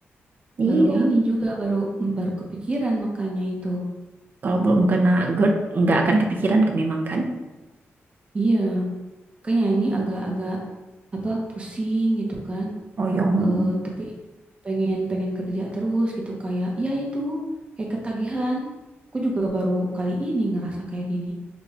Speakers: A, on the right; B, on the right.
A: iya
B: baru ini juga baru mm, baru kepikiran makanya itu.
A: kalau belum kena GERD nggak akan kepikiran ke memang kan
B: Iya, kayaknya ini agak-agak apa pusing gitu kan.
A: oyong
B: eh tapi pengen pengen kerja terus gitu kayak ya itu kayak ketagihan aku juga baru kali ini ngerasa kayak gini